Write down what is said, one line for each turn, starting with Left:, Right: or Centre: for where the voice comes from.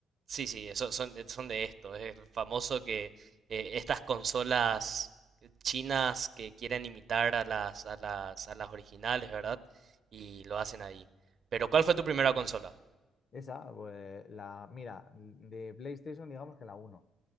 Right: sí, sí, eso, son, son de esto. Es el famoso que eh, estas consolas chinas que quieren imitar a las, a las, a las originales, ¿verdad? Y lo hacen ahí. Pero ¿cuál fue tu primera consola?
Left: esa, pues la, mira, de PlayStation digamos que la uno